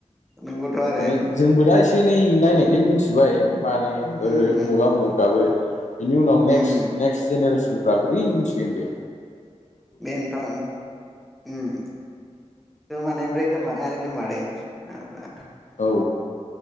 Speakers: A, in the centre; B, on the left.
A: नंगौथ' आरो
B: माने जोंबो दा एसे एनै नायनायखाय मिथिबाय माने होनो
A: उम
B: ओरै उमुगा उमुगाबो बिनि उनाव नेक्स
A: उम
B: नेक्स्ट जेनेरेसनफ्रा बोरै मिथिगोन बे।
A: बेन्थन उम। गोमानाय ओमफ्राय गोमादों आरो गोमादों फाग्ला
B: औ